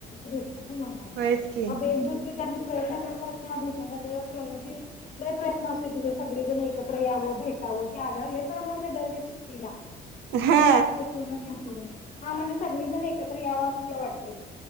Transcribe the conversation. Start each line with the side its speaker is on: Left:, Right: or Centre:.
Left: भेट पण होणार नाही.
Right: होयच की
Left: म एक दुसरी त्यांनी प्रयत्न करत असतीया. भेटण्यासाठी प्रणोती लय प्रयत्न असतय तीझं सगळी जण एकत्र यावं, भेटवं ती आल्यावर लय तळमळतीया दरवेळेस सुट्टी ट्टिला तिझं
Right: हा
Left: हे असते पूर्ण जीव तोडून हा म्हणजे सगळीजण एकत्र यावं असं ते वाटतय.